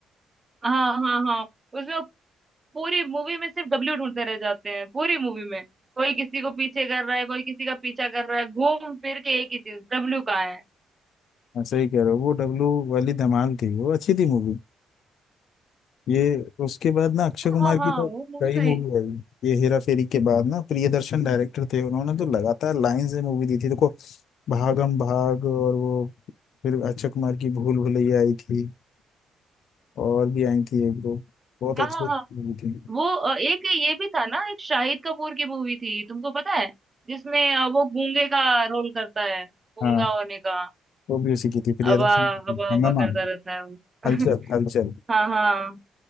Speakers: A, on the right (about 25°); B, on the left (about 70°).
A: हाँ हाँ हाँ उसमें वो पूरी मूवी में सिर्फ डब्ल्यू ढूंढते रह जाते हैं पूरी मूवी में कोई किसी को पीछे कर रहा है कोई किसी का पीछा कर रहा है घूम फिर के एक ही चीज डब्ल्यू कहाँ है
B: हाँ, सही कह रहे हो वो डब्लू वाली धमाल थी वो अच्छी थी मूवी ये उसके बाद ना अक्षय कुमार
A: हाँ हाँ
B: की तो
A: वो मूवी
B: कई
A: तो
B: मूवी
A: है-
B: आई ये हेरा फेरी के बाद ना प्रियदर्शन डायरेक्टर थे उन्होंने तो लगातार लाइन से मूवी दी थी देखो भागम भाग और वो फिर अक्षय कुमार की भूल भुलैया आई थी और भी आई थी एक दो बहुत
A: हाँ
B: अच्छी
A: हाँ हाँ
B: मूवी थी
A: वो अ, एक ये भी था ना एक शाहिद कपूर की मूवी थी तुमको पता है जिसमें अ, वो गूंगे का रोल करता है गूंगा
B: हाँ
A: होने का
B: वो भी उसी की थी प्रियदर्शन
A: अबा
B: की थी
A: अबा
B: हंगामा
A: अबा करता रहता है वो <laughs>
B: हलचल हलचल
A: हाँ हाँ